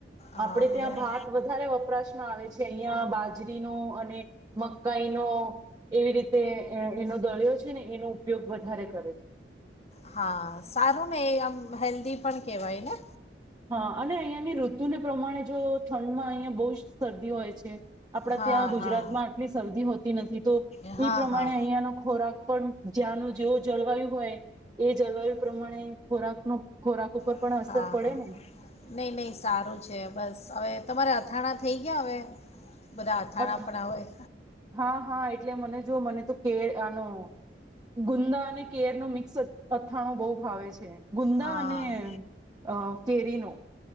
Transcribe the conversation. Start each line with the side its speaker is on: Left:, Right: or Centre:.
Left: હા
Right: આપડે ત્યાં
Left: એટલે
Right: ભાત વધારે વપરાશમાં આવે છે ત્યાં બાજરી નો અને મકાઈનો એવી રીતે એનો દોળ્યો છે જે ને એનો ઉપયોગ વધારે કરે છે
Left: હા સારું ને એ આમ હેલ્ધી પણ કહેવાય ને
Right: હા અને અહિયાંની ઋતુને પ્રમાણે જો ઠંડમાં અહિયા બહુ જ શરદી હોય છે આપણા
Left: હા
Right: ત્યાં ગુજરાતમાં
Left: હા
Right: આટલી શરદી હોતી નથી તો
Left: હા
Right: ઈ પ્રમાણે
Left: હા
Right: અહિયાંનો ખોરાક પણ જ્યાંનું જેવું જળવાયુ હોય એ જળવાયુ પ્રમાણે ખોરાકનો ખોરાક ઉપર
Left: હા
Right: પણ અસર પડે
Left: હા
Right: ને
Left: નહીં નહીં સારું છે બસ હવે તમારે અથાણા થઈ ગયા હવે બધા અથાણાં
Right: અથ
Left: પણ હવે
Right: હા હા એટલે મને જો મને તો કેર આનો ગુંદા અને કેર નો મિક્સ અથાણો બહુ ભાવે છે ગુંદા
Left: હા
Right: અને અ કેરીનુ.